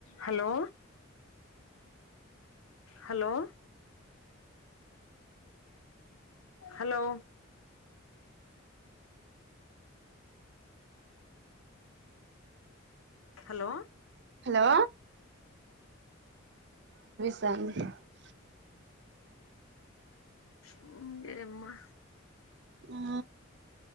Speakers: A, on the left; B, on the right.
A: Hello hello hello hello
B: hello <unintelligible>
A: అ మ్మ్ ఏమై
B: ఆ